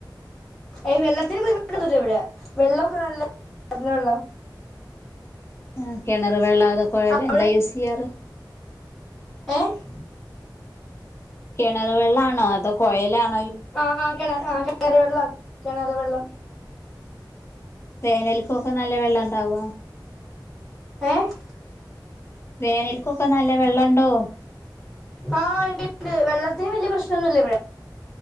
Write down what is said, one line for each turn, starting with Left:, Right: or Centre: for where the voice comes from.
Centre: ഏയ്‌ വെള്ളത്തിന് ബുദ്ധിമുട്ടൊന്നുമില്ല ഇവിടെ വെള്ളമൊക്കെ നല്ല <unintelligible> വെള്ളം
Left: ആഹ് കിണറ് വെള്ള അതോ കുഴൽ
Centre: ആഹ് അവിടെ
Left: എന്താ യൂസ് ചെയ്യാറ്.
Centre: ഏഹ്
Left: കിണർ വെള്ളാണോ അതോ കോഴലാണോ?
Centre: ആഹ് ആഹ് കിണർ കിണറുവെള്ളവാ. കിണറുവെള്ളം
Left: വേനൽ അപ്പൊ ഒക്കെ നല്ല വെള്ളം ഉണ്ടാവോ.
Centre: ഏഹ്
Left: വേനൽക്കൊക്കെ നല്ല വെള്ളം- ഉണ്ടാവും
Centre: ആഹ് ഇണ്ട് ഇണ്ട് വെള്ളം- അത്രയും വലിയ പ്രശ്നമെന്നുമല്ല ഇവിടെ.